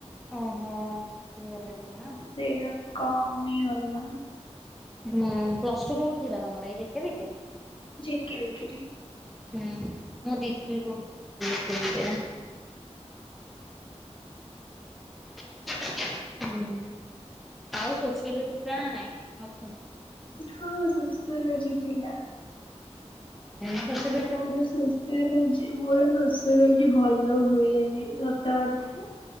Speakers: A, in the centre; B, on the left (about 45°).
A: ଓ ହୋ ହେଇ ଗଲା ଟିକେ ନା।
B: ସେଇଟା କମିଗଲା।
A: ହୁଁ ପ୍ଲସ ଟୁ କୋଉଠି ଥିଲା ତମର ଏଇ ଯିଟି ବିରେ।
B: ଯିକି ମିକିରି।
A: ହୁଁ ମୁଁ ଡିଗ୍ରୀ କରୁଥିଲି ବି ସେଇଟରେ। <inaudible> ହୁଁ ଆଉ ସୋସିଆଲଜି ଥିଲା ନାଁ ନାଇଁ? ନଥିଲା।
B: ହଁ ସୋଷିଓଲଜି ଥିଲା।
A: ଏଣୁ ତ ସିଲ
B: ମୋର ସୋସ ସ୍ୟ ଲଜି ମୋର ଶୋଷିଓଲୋଜି ଭଲ ହୁଏନି ସତ କଥା।